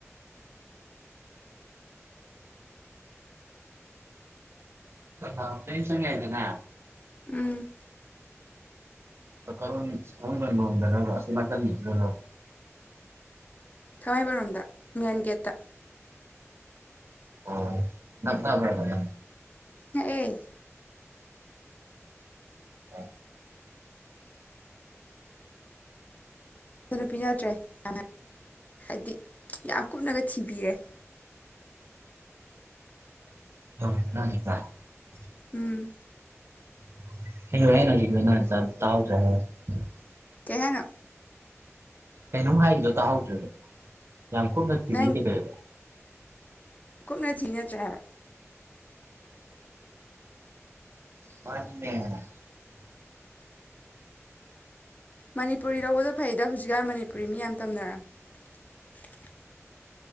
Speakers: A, on the right; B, on the left.
A: <unintelligible>
B: ꯎꯝ
A: ꯀꯔꯣꯝ ꯊꯥꯡꯃꯩꯕꯟ ꯔꯣꯝꯗꯔꯕ ꯑꯁꯣꯝ ꯅꯥꯀꯟ <unintelligible>
B: ꯊꯥꯡꯃꯩꯕꯟꯔꯣꯝꯗ ꯃꯦꯟꯒꯦꯠꯇ
A: ꯑꯣ ꯅꯛꯅꯕ꯭ꯔꯕ ꯌꯥꯝ
B: ꯅꯛꯑꯦ
A: ꯑ
B: ꯐꯖꯅ ꯄꯤꯅꯗ꯭ꯔꯦꯅ ꯍꯥꯏꯗꯤ ꯌꯥꯝ ꯀꯨꯞꯅꯒ ꯊꯤꯕꯤꯔꯦ
A: <unintelligible>
B: ꯎꯝ
A: <unintelligible>
B: ꯀꯩ ꯍꯥꯏꯅꯣ
A: ꯀꯩꯅꯣꯝ ꯍꯥꯏꯒꯤꯗ꯭ꯔꯣ ꯇꯥꯍꯧꯗ꯭ꯔꯦꯕ ꯌꯥꯝꯀꯨꯞꯅ ꯊꯤꯕꯤ
B: ꯅꯪ
A: ꯀꯩꯗꯧꯋꯦꯕ
B: ꯀꯨꯞꯅ ꯊꯤꯔꯤ ꯅꯠꯇ꯭ꯔ ꯍꯥꯏꯕ
A: <unintelligible>
B: ꯃꯅꯤꯄꯨꯔꯤ ꯂꯧꯕꯗꯣ ꯐꯩꯗ ꯍꯧꯖꯤꯛꯀꯥꯟ ꯃꯅꯤꯄꯨꯔꯤ ꯃꯤ ꯌꯥꯝ ꯇꯝꯅꯔꯝꯅꯤ